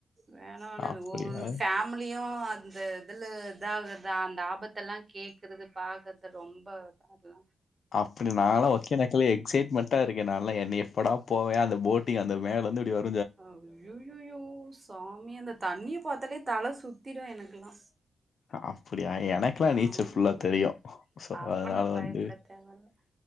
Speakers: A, on the right; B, on the left.
A: வேணா வேணா
B: அப்படியா?
A: ஒவ்வொரு ஃபேம் ம்லியு அந்த இதில இதாகுதா அந்த ஆபத்தெல்லா கேக்குற்து பாக்கர்து ரொம்ப அதா
B: அப்டி நாங்கலா ஓக்கேனக்கல எக்ஸைட்மண் ட்டா இருக்கே நால்லா எனய எப்படா போவே அந்த போட்டிங் அந்த மேல இருந்து இப்டி வ
A: அய்யோயோய்யோ சாமி அந்த தண்ணிய பாத்தாலே தல சுத்திரு எனக்கல்லா
B: அப்டியா எனக் கலா நீச்சல்
A: ஆமாமா
B: ஃபுல்லா தெரியு சோ
A: அப்பனா
B: அதுனால
A: பயப்பட
B: வந்து
A: தேவையில்ல